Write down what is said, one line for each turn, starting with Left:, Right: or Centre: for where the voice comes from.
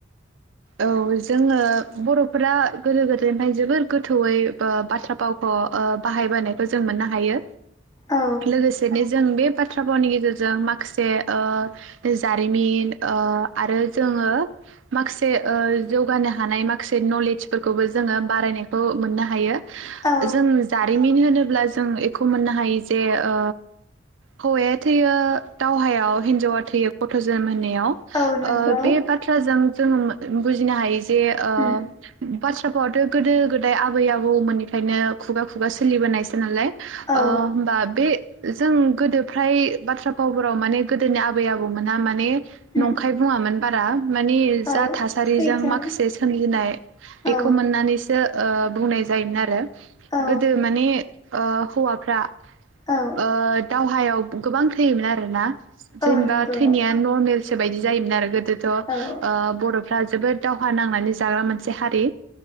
Right: औ जोङो बर'फोरा गोदो गोदायनिफ्राय जोबोर गोथौयै ओ बाथ्रा फावखौ बाहायबोनायखौ जों मोननो हायो।
Left: औ
Right: लोगोसेनो जों बे बाथ्रा भावनि गेजेरजों माखासे ओ जारिमिन ओ आरो जोङो माखासे ओ जौगानो हानाय माखासे नलेजफोरखौबो जोङो बारायनायखौ मोननो हायो।
Left: औ
Right: जों जारिमिन होनोब्ला जों बेखौ मोननो हायो जे ओ हौवाया थैयो दावहायाव हिनजावा थैयो गथ' जोनोम होनायाव
Left: औ नंगौ
Right: ओ बे बाथ्राजों जोङो बुजिनो हायो जे ओ
Left: उम
Right: बाथ्रा भाव आथ' गोदो गोदाय आबै आबौमोननिफ्रायनो खु खुगा सोलिबोनायसै नालाय ओ
Left: औ
Right: होमबा बे जों गोदो फ्राय बाथ्रा फावफोराव माने गोदोनि आबै आबौमोनहा मा ने
Left: उम
Right: नंखाय बुङामोन बारा। माने जा
Left: औ
Right: थासारिजों
Left: सैथो
Right: माखासे सोमजिनाय बेखौ
Left: औ
Right: मोननानैसो ओ बुंनाय जायोमोन आरो।
Left: औ
Right: गोदो माने अ हौवाफ्रा ओ
Left: औ
Right: दाव हायाव गोबां थैयोमोन आरोना। जेनेबा
Left: औ नंगौ
Right: थैनायया नर्मेल सोबायदि जायोमोन आरो गोदो थ'
Left: औ
Right: ओ बर'फोरा जोबोद दावहा नां नानै जाग्रा मोनसे हारि।